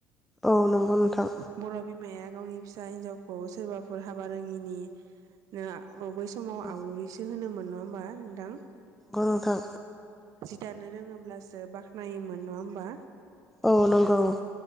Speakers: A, in the centre; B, on the right (about 60°).
A: औ नंगौ नोंथां
B: बर' बिमाया गावनि फिसा हिनजावखौ सोरबाफोर हाबा रोङिनि नो अ बै समाव
A: औ
B: आवलुरिसो होनोमोनन' होमबा नोंथां
A: ओ नोंथां
B: जि दानो रोङोब्लासो बाख्नायोमोन नङा होमबा
A: औ नंगौ